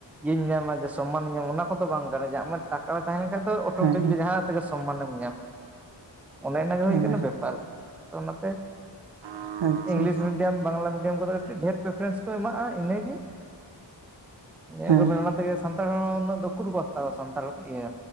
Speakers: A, in the centre; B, on the right (about 70°).
A: ᱤᱧ ᱧᱟᱢᱟ ᱡᱮ ᱥᱚᱢᱟᱱᱤᱧ ᱧᱟᱢᱟ ᱚᱱᱟ ᱠᱚᱫᱚ ᱵᱟᱝ ᱠᱟᱱᱟ ᱟᱢᱟᱜ ᱴᱟᱠᱟ ᱛᱟᱦᱮ ᱞᱮ᱾ ᱵᱟᱠᱷᱟ ᱫᱚ ᱚᱴᱳᱢᱮᱴᱤᱠᱞᱤ
B: ᱦᱮᱸ ᱦᱮᱸ
A: ᱡᱟᱦᱟᱸ ᱛᱮᱜᱮ ᱥᱚᱢᱟᱱᱮᱢ ᱧᱟᱢᱟ ᱚᱱᱮ ᱚᱱᱮ ᱤᱱᱟᱹᱜᱮ ᱦᱩᱭ
B: ᱦᱮᱸ
A: ᱠᱟᱱᱟ ᱵᱮᱯᱟᱨ᱾ ᱛᱚ ᱚᱱᱟ ᱛᱮ
B: ᱦᱮᱸ ᱟᱪᱪᱷᱟ
A: ᱤᱝᱜᱽᱞᱤᱥ
B: ᱦᱮᱸ
A: ᱢᱤᱰᱤᱭᱟᱢ ᱵᱟᱝᱞᱟ ᱢᱤᱰᱤᱭᱟᱢ ᱠᱚᱫᱚ ᱠᱟᱹᱴᱤᱡ ᱰᱷᱮᱨ ᱯᱨᱤᱯᱷᱮᱨᱮᱱᱥ ᱠᱚ ᱮᱢᱟᱜᱼᱟ ᱤᱱᱟᱹᱜᱮ ᱾ ᱮᱢ
B: ᱦᱮᱸ
A: ᱜᱮ ᱵᱤᱱ ᱚᱱᱟᱛᱮᱜᱮ ᱥᱟᱱᱛᱟᱲ ᱦᱚᱸ ᱩᱱᱟᱹᱜ ᱫᱚ ᱩᱠᱩᱨ ᱠᱚ ᱦᱟᱛᱟᱣᱟ ᱥᱟᱱᱛᱟᱲ ᱤᱭᱟᱹ